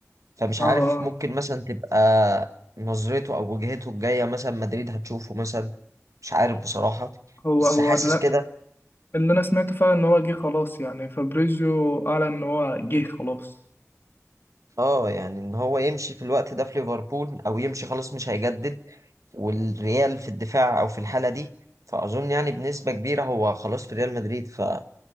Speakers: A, on the right; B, on the left.
A: فمش
B: اه
A: عارف
B: اه
A: ممكن مثلا تبقى نظرته او وجهته الجاية مثلا مدريد هتشوفه مثلا مش عارف بصراحة
B: هو
A: بس
B: هو
A: حاسس
B: اللي,
A: كده
B: اللي انا سمعته فعلا ان هو جه خلاص يعني فابريزيو اعلن ان هو جه خلاص
A: اه يعني ان هو يمشي في الوقت ده في ليفربول او يمشي خلاص مش هيجدد والريال في الدفاع او في الحاله دي فاظن يعني بنسبه كبيره هو خلاص في ريال مدريد فاظن